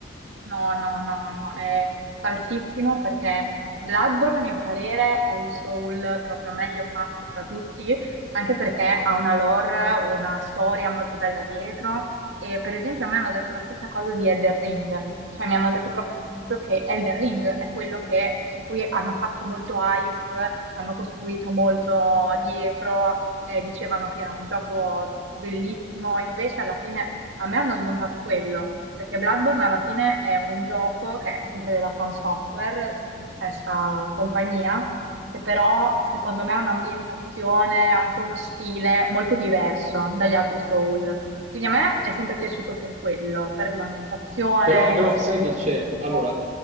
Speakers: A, on the right (about 85°); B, on the right (about 40°).
A: No, no, no, no, è falsissimo perché Bloodborne, a mio parere, è il soul proprio meglio fatto tra tutti, anche perché ha una lore, una storia molto bella dietro e per esempio a me hanno detto la stessa cosa di Elden Ring, cioè mi hanno detto proprio che Elden Ring è quello che- su cui hanno fatto molto hype, ci hanno costruito molto dietro, eh, dicevano che era un gioco bellissimo, e invece alla fine a me hanno smontato quello. Perché Bloodborne alla fine è un gioco che è sempre della From Software, se- stessa compagnia, che però secondo me ha un'ambientazione, anche uno stile molto diverso dagli altri Soul. Quindi a me è sempre piaciuto per quello, per l'ambientazione,
B: Però, però
A: insomma,
B: sai che
A: lo
B: c'è,
A: stile di
B: allora,
A: gioco.